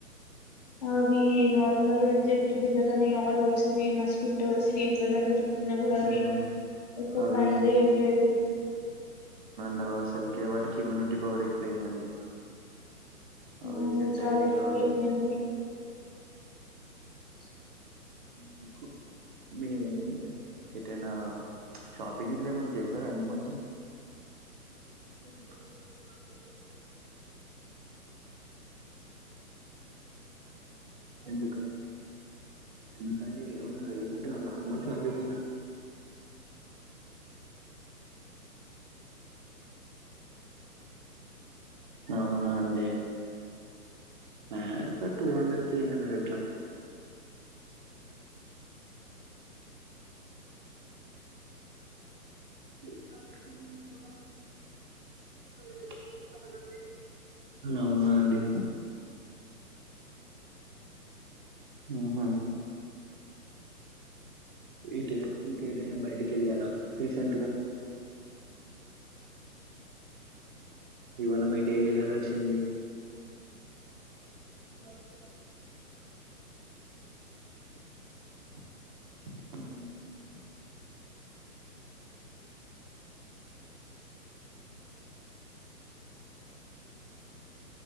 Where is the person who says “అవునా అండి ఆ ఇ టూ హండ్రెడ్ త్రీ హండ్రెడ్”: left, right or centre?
Right